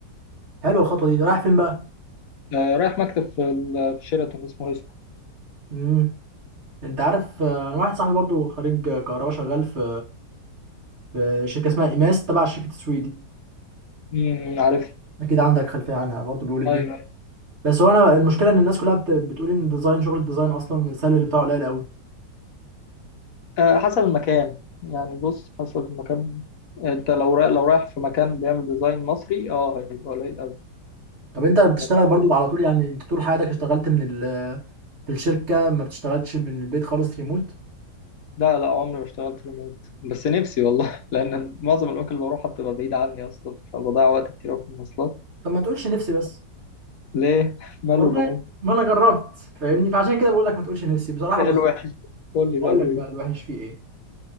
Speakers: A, on the right; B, on the left.
A: حلوه الخطوه دي رايح فين بقى
B: آه، رايح مكتب في ال- في شيراتون اسمه اسكو
A: امم انت عارف آه، انا واحد صاحبي برضو خريج كهرباء شغال في في شركه اسمها ايماس تبع الشركه السويدي
B: امم عارف
A: اكيد عندك خلفيه عنها برضو بيقول الدنيا
B: ايوه أيوة.
A: بس هو انا المشكله ان الناس كلها بت- بتقول ان الديزاين شغل الديزاين اصلا السالري بتاعه قليل قوي
B: آه، حسب المكان يعني بص حسب المكان انت لو رايح لو رايح في مكان بيعمل ديزاين مصري اه هيبقى قليل
A: طب انت بتشتغل
B: قوي
A: برضو على طول يعني انت طول حياتك اشتغلت من ال في الشركه ما بتشتغلش من البيت خالص ريموت
B: لا لا عمري ما اشتغلت ريموت بس نفسي والله <laughs> لأن معظم الأماكن اللي بروحها بتبقى بعيدة عني أصلا فبضيع وقت كتير أوي في المواصلات
A: طب ما تقولش نفسي بس
B: ليه؟ <laughs> ماله
A: والله
B: الريموت؟
A: ما انا جربت فاهمني فعشان كده بقول لك ما تقولش نفسي بصراحه
B: إيه
A: بص
B: الوحش؟ قول لي بقى
A: اقول لك
B: ليه؟
A: بقى الوحش فيه ايه